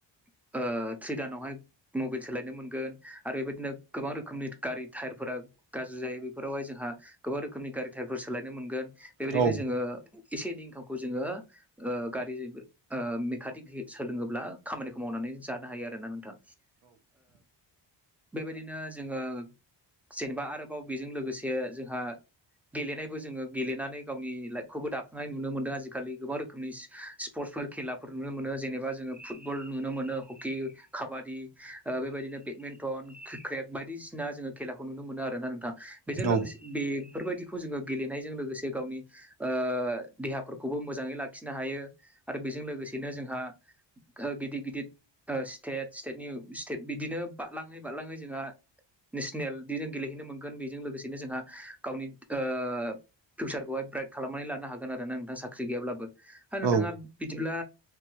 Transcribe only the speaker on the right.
औ
औ
औ